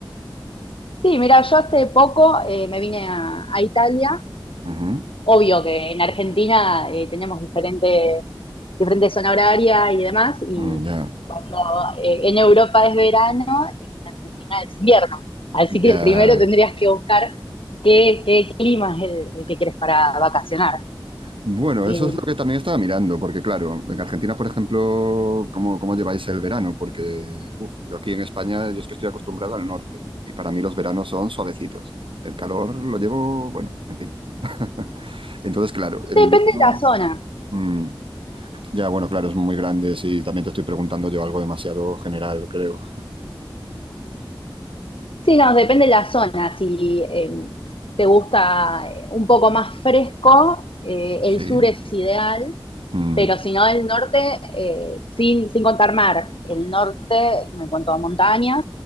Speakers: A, on the left (about 80°); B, on the right (about 75°).
A: Sí, mira, yo hace poco eh, me vine a, a Italia.
B: Ujú.
A: Obvio que en Argentina eh, teníamos diferente, diferente zona horaria y demás, y
B: Mm, Ya,
A: cuando eh, en Europa es verano, en Argentina es invierno. Así que
B: ya.
A: primero tendrías que buscar qué, qué clima es el, el que quieres para vacacionar.
B: Bueno,
A: Eh,
B: eso es lo que también estaba mirando, porque claro, en Argentina, por ejemplo, ¿cómo, cómo lleváis el verano? Porque uf, yo aquí en España, yo es que estoy acostumbrado al norte y para mí los veranos son suavecitos. El calor lo llevo, bueno, en fin. <laughs> Entonces, claro, el
A: depende
B: invierno,
A: de la zona.
B: mm, ya, bueno, claro, es muy grande, sí, también te estoy preguntando yo algo demasiado general, creo.
A: Sí, no, depende de la zona. Si eh, te gusta eh, un poco más fresco, eh,
B: Sí.
A: el sur es ideal,
B: Mm,
A: pero si no, el norte, eh, sin, sin contar mar, el norte, en cuanto a montañas,